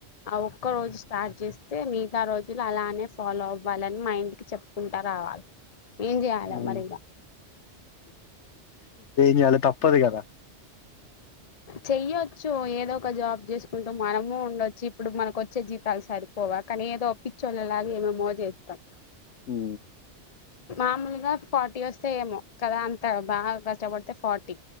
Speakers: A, on the left; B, on the left.
A: అవు ఒక్క రోజు స్టార్ట్ చేస్తే మిగతా రోజులు అలానే ఫాలో అవ్వాలని మైండ్ కి చెప్పుకుంటా రావాలి ఏం చేయాలా
B: ఏమి
A: మరి ఇగ
B: చేయాలి తప్పదు కదా
A: చెయ్యొచ్చు ఏదో ఒక జాబ్ చేసుకుంటూ మనము ఉండొచ్చు ఇప్పుడు మనకు వచ్చే జీతాలు సరిపోవా కానీ ఏదో పిచ్చొల్ల లాగా ఏమేమో చేస్తాం
B: హు
A: మామూలుగా ఫార్టీ వస్తే ఏమో కదా అంత బాగా కష్టపడితే ఫార్టీ